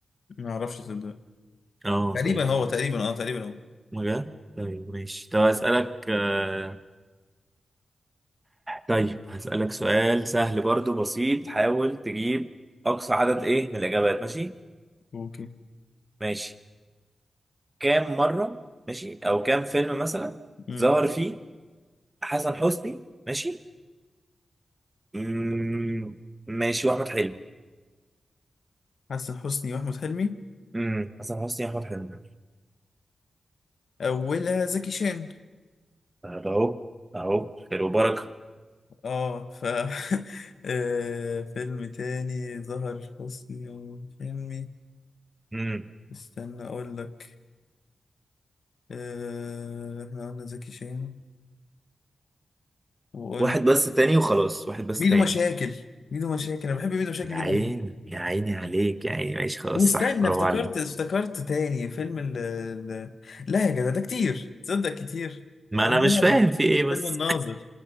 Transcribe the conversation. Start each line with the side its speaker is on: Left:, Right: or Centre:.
Left: ما اعرفش صدق
Right: اه
Left: تقريبا
Right: طيب
Left: هو
Right: خلاص
Left: تقريبا اه تقريبا هو
Right: مجال طيب ماشي طب هسألك آه، طيب هسألك سؤال سهل برضو بسيط حاول تجيب أقصى عدد إيه من الإجابات ماشي
Left: اوكي
Right: ماشي كام مرة ماشي أو كام فيلم مثلا
Left: امم
Right: ظهر فيه حسن حسني ماشي مم، ماشي وأحمد حلمي
Left: حسن حسني واحمد حلمي
Right: امم حسن حسني احمد حلمي
Left: اولها زكي شان
Right: طب اهو اهو خير وبركه
Left: اه ف <laughs> آه، فيلم تاني ظهر حسني واحمد حلمي
Right: امم
Left: استنى اقول لك آه، احنا قلنا زكي شان وقلنا
Right: واحد بس تاني وخلاص واحد بس
Left: ميدو
Right: تاني
Left: مشاكل ميدو مشاكل انا بحب ميدو مشاكل
Right: يا
Left: جدا
Right: عيني يا عيني عليك يا عيني ماشي خلاص
Left: واستنى
Right: صح برافو
Left: افتكرت
Right: عليك
Left: افتكرت تاني فيلم ال ال- لا يا جدع ده كتير تصدق كتير
Right: ما
Left: الناظر
Right: انا مش فاهم في ايه بس
Left: فيلم الناظر